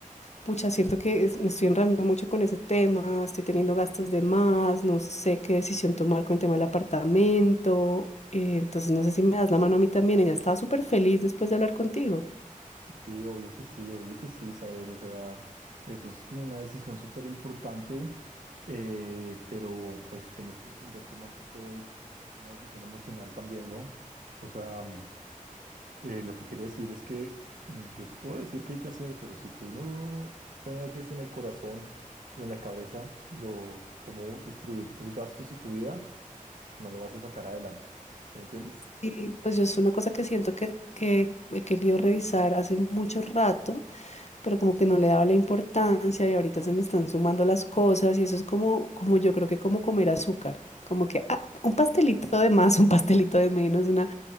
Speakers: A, on the left (about 50°); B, on the right (about 70°).
A: Pucha, siento que es- me estoy enredando mucho con ese tema, estoy teniendo gastos de más, no sé qué decisión tomar con el tema del apartamento. eh, entonces, no sé si me das la mano a mí también. Ella estaba súper feliz después de hablar contigo.
B: Sí, obvio que sí, obvio que sí, Isabel, o sea, eso es como una decisión súper importante, eh, pero pues tienes que entender que más que todo es, es una decisión emocional también, ¿no? O sea, mm, eh, lo que quiero decir es que mm, yo te puedo decir qué hay que hacer, pero si tú no te metes en el corazón y en la cabeza lo, cómo distribuir tus gastos y tu vida, no lo vas a sacar adelante. ¿Sí me entiendes?
A: Y pues yo es una cosa que siento que, que he querido revisar hace mucho rato, pero como que no le daba la importancia y ahorita se me están sumando las cosas y eso es como, como yo creo que como comer azúcar, como que ah, un pastelito de más, <laughs> un pastelito de menos, una,